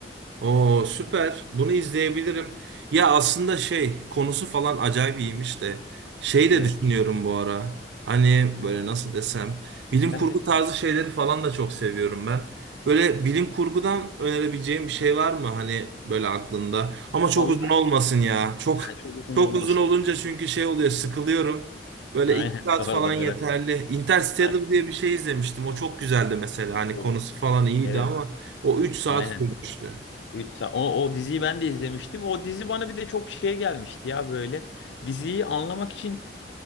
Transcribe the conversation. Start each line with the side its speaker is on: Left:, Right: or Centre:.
Right: Oo süper. Bunu izleyebilirim. Ya aslında şey konusu falan acayip iyiymiş de şey de
Left: Evet.
Right: düşünüyorum bu ara. Hani böyle nasıl desem bilim
Left: Sen
Right: kurgu
Left: de
Right: tarzı şeyleri falan da çok seviyorum ben. Böyle bilim kurgudan önerebileceğim bir şey var mı hani böyle aklında? Ama çok
Left: valla
Right: uzun olmasın ya. Çok
Left: ha, çok uzun
Right: çok
Left: olmasın.
Right: uzun olunca çünkü şey oluyor sıkılıyorum. Böyle
Left: Aynen
Right: iki saat
Left: <laughs> doğru
Right: falan
Left: doğru.
Right: yeterli. Interstellar
Left: Ha,
Right: diye bir şey izlemiştim. O çok güzeldi mesela. Hani
Left: o.
Right: konusu falan iyiydi
Left: Evet
Right: ama o üç saat
Left: aynen.
Right: sürmüştü.
Left: Üç saat. O, o diziyi ben de izlemiştim. O dizi bana bir de çok şey gelmişti ya böyle. Diziyi anlamak için